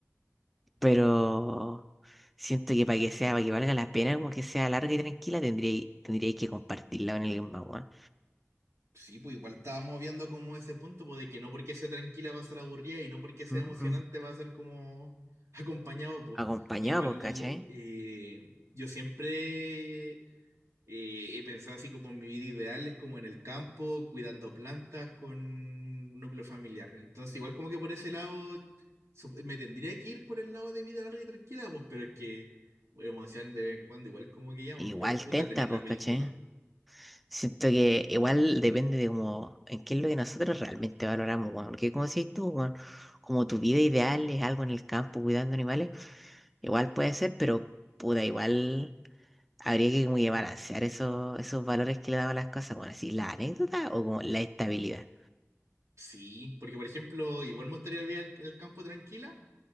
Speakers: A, in the centre; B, on the right.
A: Pero siento que para que sea, para que valga la pena, como que sea larga y tranquila, tendría, tendría que compartirla con alguien más, weón.
B: Sí, pues igual estábamos viendo como ese punto, pues de que no porque sea tranquila va a ser aburrida y no porque sea
A: Mm,
B: emocionante
A: mm.
B: va a ser como <laughs> acompañado, pues.
A: Acompañado,
B: Igual
A: pues, ¿cachai?
B: eh, yo siempre Eh, he pensado así como en mi vida ideal, es como en el campo, cuidando plantas con un núcleo familiar. Entonces, igual como que por ese lado, sup- me tendría que ir por el lado de vida larga y tranquila, pues, pero es que emoción de vez en cuando, igual como que llama,
A: Igual
B: pero puta,
A: tenta,
B: tenéis
A: pues,
B: la película.
A: ¿cachai? Siento que igual depende de como en qué es lo que nosotros realmente valoramos, weón. Porque como decís tú, weón, como tu vida ideal es algo en el campo cuidando animales, igual puede ser, pero puta, igual habría que como que balancear esos, esos valores que le daban las cosas, bueno, así la anécdota o como la estabilidad.
B: Sí, porque por ejemplo, igual me gustaría vivir al- en el campo tranquila,